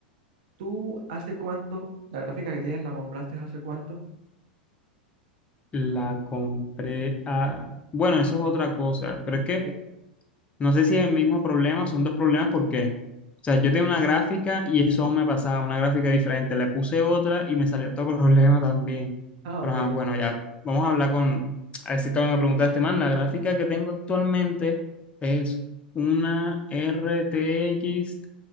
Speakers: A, on the right; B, on the left.
A: ¿Tú hace cuánto, la gráfica que tienes, la compraste hace cuánto?
B: La compré a... Bueno, eso es otra cosa, pero es que
A: ¿Qué?
B: No sé si es el mismo problema, son dos problemas porque, o sea, yo tenía una gráfica y eso me pasaba, una gráfica diferente, le puse otra y me salió otro <laughs> problema también.
A: Ah,
B: Pero
A: ok.
B: ajá, bueno, ya vamos a hablar con, a ver si también me preguntaste, man, la gráfica que tengo actualmente es una RTX